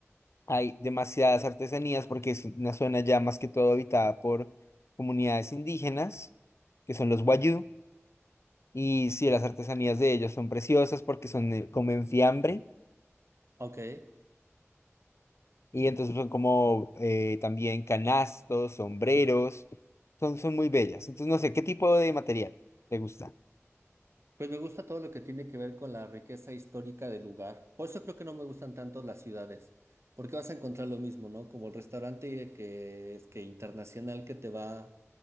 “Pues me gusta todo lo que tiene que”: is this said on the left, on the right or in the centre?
Right